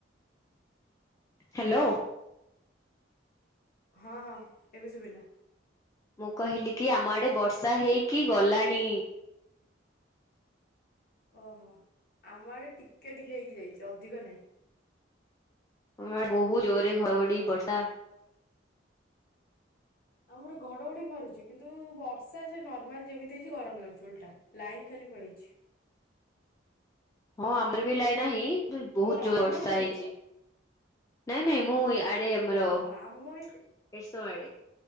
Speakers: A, on the left; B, on the left.
A: ହାଲୋ
B: ହଁ ହଁ ଏବେ ଶୁବିଲା।
A: ମୁଁ କହିଲି କି ଆମ ଆଡେ ବର୍ଷା ହେଇକି ଗଲାଣି।
B: ଓହୋ ଆମ ଆଡେ ଟିକେ ଟିକେ ହେଇକି ଯାଇଛି ଅଧିକ ନାହିଁ।
A: ଆମ ଆଡେ ବହୁ ଜୋରରେ ଘଢଘଢି ବର୍ଷା।
B: ଆମର ଘଢଘଢି ମାରୁଛି କିନ୍ତୁ ବର୍ଷା ସେ ନର୍ମାଲ ଯେମିତି ହେଇଛି ଗରମ ଲାଗୁଛି ଓଲଟା ଲାଇନ ଖାଲି ପଳେଇଛି।
A: ହଁ ଆମର ବି ଲାଇ ନାହିଁ ବହୁତ
B: ତ ରାହାମାରେ
A: ଜୋର ବର୍ଷା
B: ରହୁଛ
A: ହେଇଛି। ନାଇଁ ନାଇଁ ମୁଁ ଆଡେ ଆମର
B: ଅ ଆମ ଏ
A: <unintelligible>